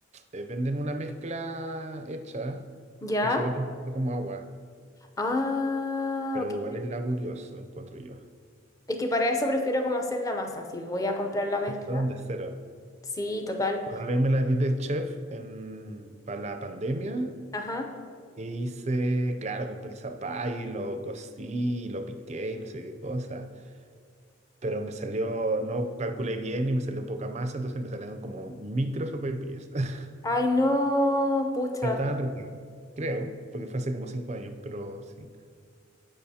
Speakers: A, on the right; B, on the left.
A: eh, venden una mezcla hecha
B: ¿Ya?
A: que solo te queda como agua,
B: Ah,
A: pero
B: ok.
A: igual es laborioso, encuentro yo.
B: Es que para eso prefiero como hacer la masa. Si voy a comprar la mezcla.
A: ¿Cierto? De cero.
B: Sí, total.
A: Una vez me la di de chef en, para la pandemia
B: Ajá.
A: y hice, claro, compré el zapallo y lo cocí, y lo piqué y no sé qué cosa, pero me salió, no calculé bien y me salió poca masa, entonces me salieron como micro sopaipillas. <laughs>
B: Ay, no, pucha.
A: Pero estaban ricas, creo, porque fue hace como cinco años, pero sí.